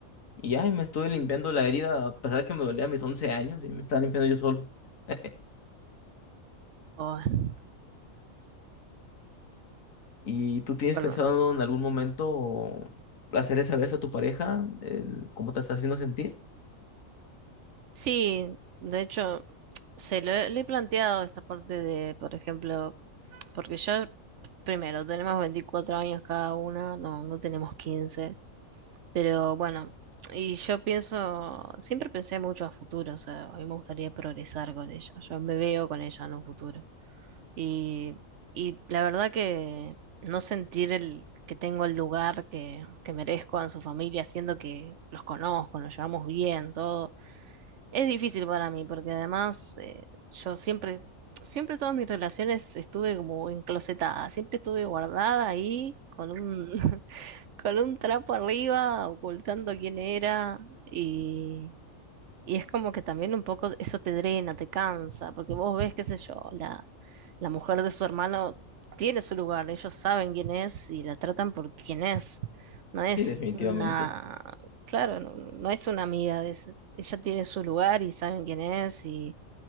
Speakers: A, on the left; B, on the right.
A: Y ya, y me estuve limpiando la herida, a pesar de que me dolía a mis 11 años, y me estaba limpiando yo solo. <laughs>
B: Oh,
A: ¿Y tú tienes
B: perdón.
A: pensado en algún momento hacerle saber eso a tu pareja, el- cómo te está haciendo sentir?
B: Sí, de hecho, se lo he- le he planteado esta parte de, por ejemplo, porque ya, primero, tenemos 24 años cada una, no, no tenemos 15. Pero bueno, y yo pienso, siempre pensé mucho a futuro, o sea, a mí me gustaría progresar con ella, yo me veo con ella en un futuro. Y, y la verdad que no sentir el, que tengo el lugar que, que merezco en su familia, siendo que los conozco, nos llevamos bien, todo, es difícil para mí, porque además eh, yo siempre, siempre todas mis relaciones estuve como enclosetada, siempre estuve guardada ahí con un... <laughs> con un trapo arriba, ocultando quién era, y, y es como que también un poco eso te drena, te cansa, porque vos ves, qué sé yo, la, la mujer de su hermano tiene su lugar, ellos saben quién es y la tratan por quién es. No es
A: Sí, definitivamente.
B: una, claro, no, no es una amiga, es- ella tiene su lugar y saben quién es y,